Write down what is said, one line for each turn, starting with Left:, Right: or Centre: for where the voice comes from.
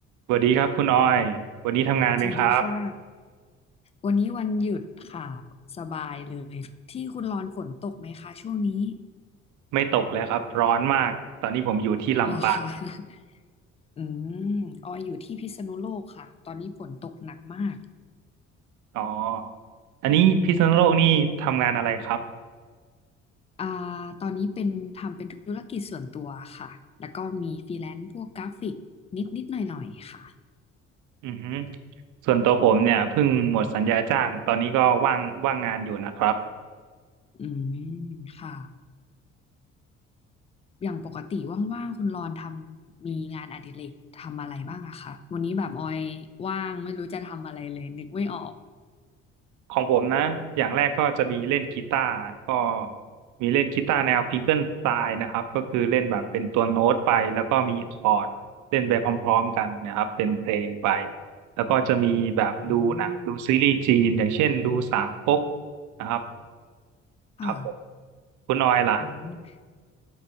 Right: สวัสดีครับคุณออยวันนี้ทำงานเป็นครับ
Left: สวัสดีค่ะวันนี้วันหยุดค่ะสบายเลยที่คุณรอนฝนตกไหมคะช่วงนี้
Right: ไม่ตกเลยครับร้อนมาก ตอนนี้ผมอยู่ที่ลำปาง
Left: หรอคะ <laughs> อืมออยอยู่ที่พิษณุโลกค่ะตอนนี้ฝนตกหนักมาก
Right: อ๋ออันนี้พิษณุโลกนี่ทำงานอะไรครับ
Left: อ่าตอนนี้เป็นทำเป็นธุรกิจส่วนตัวค่ะแล้วก็มีฟรีแลนซ์พวกกราฟิกนิดนิดหน่อยหน่อยๆค่ะ
Right: อือฮึส่วนตัวผมเนี่ยเพิ่งหมดสัญญาจ้าง ตอนนี้ก็ว่างว่างงานอยู่นะครับ
Left: อืมค่ะอย่างปกติว่างๆคุณรอนทำมีงานอดิเรกทำอะไรบ้างอะคะวันนี้แบบออยว่างไม่รู้จะทำอะไรเลยนึกไม่ออก
Right: ของผมนะอย่างแรกก็จะมีเล่นกีตาร์ก็มีเล่นกีตาร์แนวฟิงเกิลสไตล์นะครับก็คือเล่นแบบเป็นตัวโน้ตไป แล้วก็มีคอร์ดเล่นไปพร้อมๆกันนะครับเป็นเพลงไป แล้วก็จะมีแบบดูหนังดูซีรีส์จีนอย่างเช่นดูสามก๊ก
Left: อืม
Right: นะครับ
Left: ค่ะ
Right: ครับผมคุณออยล่ะ
Left: อืม